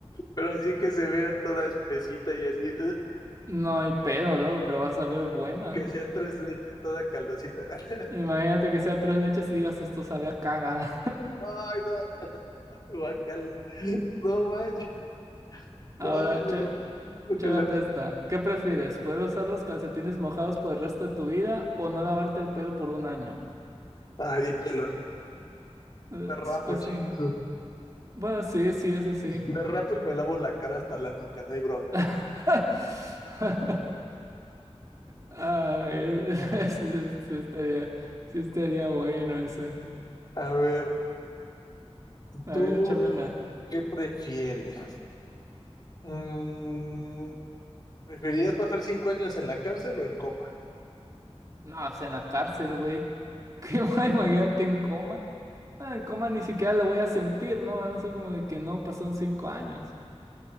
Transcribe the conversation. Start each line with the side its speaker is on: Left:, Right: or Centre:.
Left: pero así que se vea toda espesita y así, ugh,
Right: No hay pedo, loco, pero vas a ver buena.
Left: que sea tres leches toda caldosita. <laughs>
Right: Imagínate que sea tres leches y digas esto sabía cagada.
Left: Ay, no, guacal, no manches.
Right: <laughs> Ahora,
Left: Ah, güey,
Right: che,
Left: yo- guácala.
Right: Chécate esta. ¿Qué prefieres? ¿Poder usar los calcetines mojados por el resto de tu vida o no lavarte el pelo por un año?
Left: Ay, el pelo.
Right: Eh,
Left: Me rapo,
Right: s- pues
Left: chingue
Right: sí, ¿no?
Left: su-
Right: Bueno, sí, sí, eso sí.
Left: Me rapo y me lavo la cara hasta la nuca, no hay bronca.
Right: <laughs> Ay, <laughs> sí, sí estaría, sí estaría bueno ese.
Left: A ver,
Right: A
Left: ¿tú
Right: ver, échame una.
Left: qué prefieres? Mm, ¿preferirías pasar cinco años en la cárcel o en coma?
Right: No, pues en la cárcel, güey. ¿Qué más? <laughs> Imagínate en coma. Ah, en coma ni siquiera lo voy a sentir, ¿no? Van a ser como de que no, pasaron cinco años.